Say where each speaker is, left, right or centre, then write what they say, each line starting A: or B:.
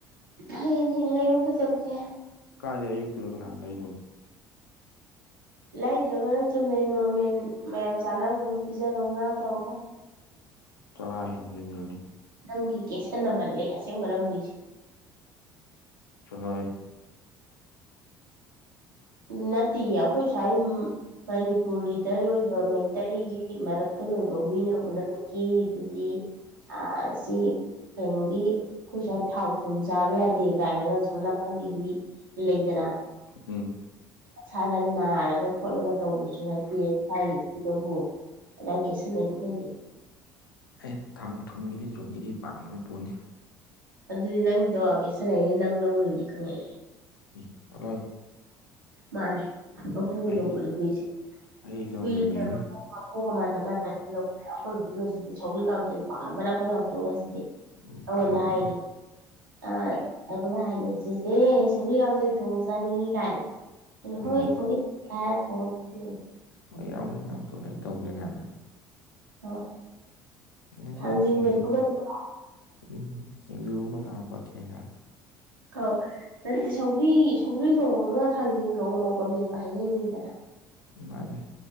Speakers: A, on the right; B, on the left.
A: ꯍꯌꯦ ꯍ ꯂꯩꯔꯨ ꯈꯩꯖꯔꯨꯀꯦ
B: ꯀꯥꯗꯤ ꯑꯌꯨꯛꯇꯨꯗ ꯀꯅꯥꯅ ꯂꯩꯗꯅ
A: ꯂꯩꯇ꯭ꯔꯒꯅ ꯆꯨꯝꯅꯩ ꯅꯣꯔꯃꯦꯜ ꯃꯌꯥꯝ ꯆꯥꯅꯕꯗꯣ ꯄꯤꯖꯔꯣ ꯉꯥ ꯇꯧꯔꯒ
B: ꯆꯔꯥ ꯍꯦꯟꯗꯣꯏꯅꯤꯖꯣꯅꯤ
A: ꯅꯪꯒꯤ ꯀꯦꯁꯟꯟꯅꯃꯜꯂꯦ ꯑꯁꯦꯡꯕꯪ ꯍꯨꯏꯁꯦ
B: ꯆꯂꯋꯦ
A: ꯅꯠꯇꯦꯌꯦ ꯑꯩꯈꯣꯏ ꯁꯥꯏ ꯃꯅꯤꯄꯨꯔꯒꯤꯗ ꯂꯣꯏꯕ ꯃꯩꯇꯩꯒꯤ ꯃꯔꯛꯇ ꯂꯣꯏꯕ ꯍꯨꯏꯅ ꯄꯨꯝꯅꯃꯛꯀꯤꯗꯨꯗꯤ ꯑ ꯁꯤ ꯀꯩꯅꯣꯒꯤ ꯑꯩꯈꯣꯏ ꯁ꯭ꯋꯥꯏ ꯊꯥꯎ ꯊꯨꯝ ꯆꯥꯕ ꯌꯥꯗꯦ ꯀꯥꯏꯅꯒ ꯁꯣꯝ ꯅꯥꯀꯟꯒꯤ ꯍꯨꯏ ꯂꯩꯇꯔ
B: ꯎꯝ
A: ꯏꯁꯥꯗ ꯅꯥꯔꯒ ꯈꯣꯠꯂꯒ ꯇꯧꯕꯁꯨ ꯅꯠꯇꯦ ꯍꯥꯏꯔꯤ ꯅꯕꯨ ꯑꯗꯥꯥꯡ ꯀꯒꯦꯁꯟ ꯂꯩꯗꯣ ꯀꯩꯒꯤꯅꯣ
B: ꯑꯩ ꯊꯥꯎ ꯊꯨꯝꯒꯤꯗꯤ ꯖꯣꯅꯤꯗꯤ ꯄꯥꯝꯈꯕ ꯄꯣꯠꯅꯤ
A: ꯑꯗꯨꯗꯤ ꯅꯪꯒꯤꯗꯣ ꯀꯦꯁꯥꯟꯅꯏꯅꯦ ꯅꯪ ꯂꯧꯔꯨꯅꯦ ꯈꯪꯉꯛꯑꯦ
B: ꯏ ꯆꯠꯂꯣꯍꯦ
A: ꯃꯥꯅꯦ ꯄꯄꯨ
B: ꯑꯩ
A: ꯂꯧꯕꯣꯅꯦ ꯍꯣꯏꯁꯦ
B: ꯑꯩ ꯂꯧꯔꯤꯅꯦꯅ
A: ꯀꯤ ꯄꯒꯃ ꯑ ꯃꯥ ꯇ ꯑꯩꯈꯣꯏꯣꯁꯤꯗꯤ ꯁꯧꯒ꯭ ꯀꯥꯡꯇꯣꯏ ꯄꯥꯝꯕꯅ ꯑꯩꯈꯣꯏ ꯂꯥꯎꯇꯣꯛ ꯉꯁꯤꯗꯤ
B: ꯎꯝ
A: ꯑꯩꯉꯣꯟꯗ
B: ꯄꯥꯝꯃꯝꯃꯅꯤ
A: ꯍꯥꯏꯔꯤꯅꯤ ꯑ ꯑꯩꯅ ꯍꯥꯏꯅꯤꯡ ꯁꯤꯁꯦ ꯁꯒꯔꯤ ꯀꯥꯡꯖꯩ ꯊꯣꯡ ꯆꯥꯅꯤꯡꯉꯤ ꯀꯥꯏꯅ ꯩꯅ
B: ꯎꯝ
A: ꯍꯣꯏ ꯊꯣꯡꯒꯦ ꯌꯥ ꯊꯣꯡꯉ
B: ꯍꯣꯏ ꯌꯥꯎꯅꯤ ꯅꯅꯥꯎꯇꯨꯅ ꯑꯩ ꯇꯧꯒꯦ ꯀꯥꯏꯅ
A: ꯑ
B: ꯉꯁꯤꯗꯤ
A: ꯊꯥꯡꯖꯤꯡ
B: ꯁꯤꯡꯖꯨ
A: ꯃꯦꯠꯄꯒꯗ꯭ꯔꯥ
B: ꯎꯝ ꯁꯤꯡꯖꯨ ꯑꯃꯒ ꯄꯛꯀꯦꯔ
A: ꯑꯧ ꯅꯠꯇꯦ ꯁꯧꯕ꯭ꯔꯤ ꯁꯒ꯭ꯔꯤ ꯊꯣꯡꯉꯒ ꯊꯥꯡꯖꯟꯒ ꯎꯃꯣꯛꯀ ꯃꯦꯠꯄ ꯍꯥꯏꯩꯅꯩꯅꯤꯗꯅ
B: ꯃꯥꯅꯦ